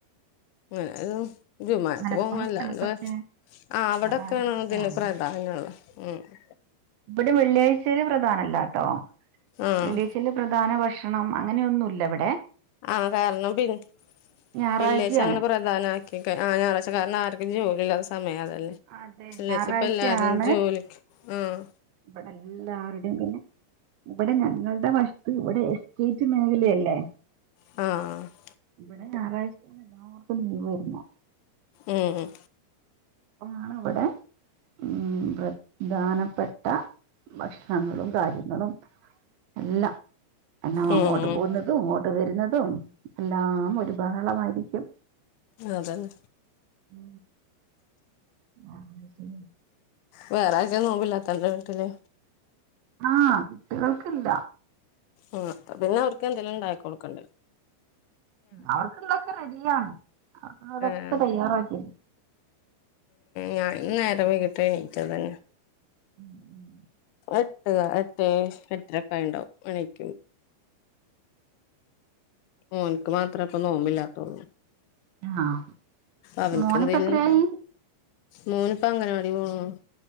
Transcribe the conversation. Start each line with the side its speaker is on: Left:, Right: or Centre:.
Left: <unintelligible> ജുമാക്ക്
Right: മലപ്പുറം
Left: പോവും അല്ലാണ്ട്
Right: സ്ഥലത്തൊക്കെ
Left: വേ ആഹ് അവിടൊക്കെയാണ്
Right: പ്രധാനപ്പെട്ടതാണല്ലോ
Left: അതിന് പ്ര <unintelligible>
Right: ഇവിടെ വെള്ളിയാഴ്ചൽ പ്രധാനല്ല ട്ടോ
Left: ആഹ്
Right: വെള്ളിയാഴ് ൽ പ്രധാന ഭക്ഷണം അങ്ങനെയൊന്നും ഇല്ല ഇവടെ
Left: ആഹ കാരണം പി ന്നെ
Right: ഞായറാഴ്ചയാണ്
Left: വെള്ളിയാഴ് ച്ച അങ്ങനെ പ്രധാന പ്രധാന ആക്കിക്കാ ആ ഞായാഴ് കാരണംആ ർക്കും ജോലി ഇല്ലാ സമയം അതല്ലേ
Right: അതെ
Left: വെള്ളിയാഴ്ച
Right: ഞായറാഴ്ചയാണ്
Left: പ്പ എല്ലാരും ജോലി ക്ക് ആഹ്
Right: ഇവിടെ എല്ലാവരുടെയും പിന്നെ ഇവിടെ ഞങ്ങളുടെ വശ് ത്തുഇവിടെ എസ്റ്റേറ്റ് മേഖലയല്ലേ
Left: ആ ഹ് ആ
Right: ഇവിടെ ഞായറഴ്ചയാണ് എല്ലാ ർക്ക് ലീവ് വരുന്ന്
Left: എ ഏ
Right: <unintelligible> ഇ വിടെ ഉമ് പ്രധാനപ്പെട്ട ഭക്ഷണങ്ങളും കാര്യങ്ങളും എല്ലാം <unintelligible>
Left: ഉം
Right: അങ്ങോട്ട് പോകുന്ന ത് അതും അങ്ങോട്ട് വരുന്നതും എല്ലാം ഒരു ബഹളമായിരിക്കും
Left: അതന്നെ
Right: ഉ ആഹ ശ
Left: വേറെ ആര് ക്കാ നോമ്പില്ലാത്തത് അന്റെ വീട്ടില്
Right: ആഹ് കുട്ടികൾക്കില്ല
Left: ആ പിന്നെ അവർക്കെ ന്തേലും ഉണ്ടായി കൊടുക്കണ്ടെ
Right: അവർക്കുള്ളതൊക്കെ റെഡിയാണ് അവർക്കുള്ളതൊക്കെ
Left: ഏഹ്
Right: തയ്യാറാക്കി
Left: ഞാൻ ഇന്ന് നേരം വെ കിട്ടാ എ നീറ്റത് തന്നെ
Right: <inaudible>
Left: എട്ട ക്കാ എട്ടെ എ ട്ടര ക്കാ യിട്ടു ണ്ടാവും എ ണീ ക്കും ഓൻ ക്ക് മാത്രാ പ്പൊ നോമ്പില്ലാത്തോള്ളൂ
Right: ആഹ്
Left: അവൻക്കെന്തേലും
Right: മോനിപ്പ എത്രയായി
Left: മോന് ഇപ്പൊ അംഗൻവാടില് പോണു